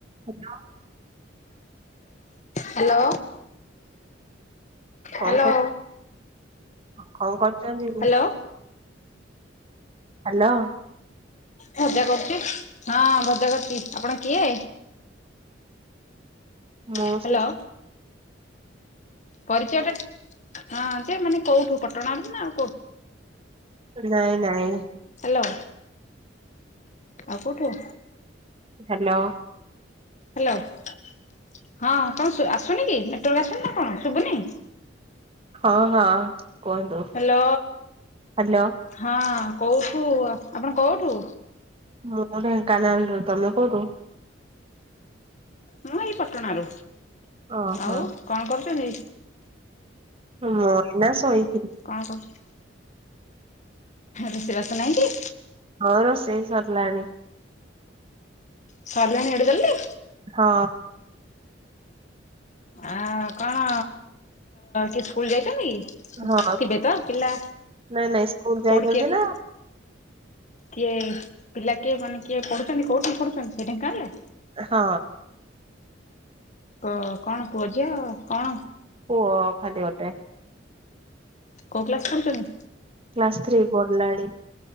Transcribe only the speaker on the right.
ହାଲୋ।
କଣ
କରୁ କଣ କରୁଛନ୍ତି?
ହ୍ୟାଲୋ।
ହଁ
ସେ।
ନାଇଁ ନାଇଁ।
ହ୍ୟାଲୋ।
ହଁ ହଁ। କୁହନ୍ତୁ
ହ୍ୟାଲୋ
ମୁଁ ଢେଙ୍କାନାଳରୁ ତମେ କୋଉଠୁ?
ଓହୋ
ହୁଁ ଇନା ଶୋଇ।
ହଁ ରୋସେଇ ସରିଲାଣି।
ହଁ।
ହଁ
ନାଇଁ ନାଇଁ ସ୍କୁଲ ଯାଇଛନ୍ତି
ନା
ହଁ।
ଓ ଖାଲି ଗଟେ
କ୍ଲାସ୍ ଥ୍ରୀ ପଢ଼ିଲାଣି।